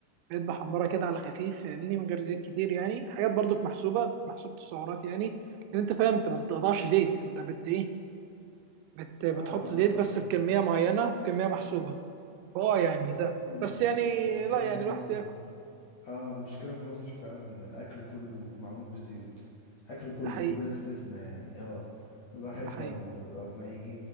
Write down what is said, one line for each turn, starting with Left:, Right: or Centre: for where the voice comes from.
Right: بقيت بحمرها كده على خفيف فاهمني من غير زيت كتير يعني حاجات برضك محسوبه محسوبه السعرات يعني لان انت فاهم انت ما بتقطعش زيت انت بت ايه بت بتحط
Left: اه اه
Right: زيت
Left: ايوه
Right: بس بكميه معينه وكميه محسوبه فاه يعني
Left: بس
Right: ده
Left: ده
Right: بس يعني
Left: المشكلة
Right: لا يعني
Left: في
Right: الواحد
Left: مصر
Right: بياكل
Left: اه المشكلة في مصر فعلا ان الاكل كله معمول بزيوت اكل كله
Right: ده حقيقي
Left: بلا استثناء يعني اه الواحد
Right: ده حقيقي
Left: لو لو ما يجي